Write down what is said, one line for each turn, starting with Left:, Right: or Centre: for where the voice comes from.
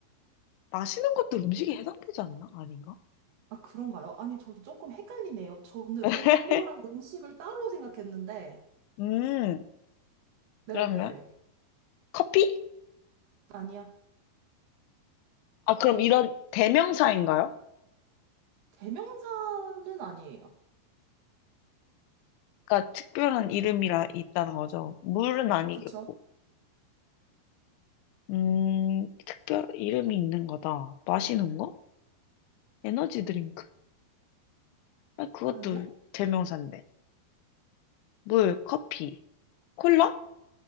Left: 마시는 것도 음식에 해당되지 않나? 아닌가?
Right: 아, 그런가요? 아니, 저도 조금 헷갈리네요. 저는
Left: <laughs>
Right: 음료랑 음식을 따로 생각했는데.
Left: 음,
Right: 네네.
Left: 그러면 커피?
Right: 아니야.
Left: 아, 그럼 이런 대명사인가요?
Right: 대명사는 아니에요.
Left: 그러니까 특별한 이름이라 있다는 거죠. 물은 아니겠고.
Right: 그쵸?
Left: 음, 특별 이름이 있는 거다. 마시는 거? 에너지 드링크? 아, 그것도
Right: 아니야?
Left: 대명사인데. 물, 커피, 콜라?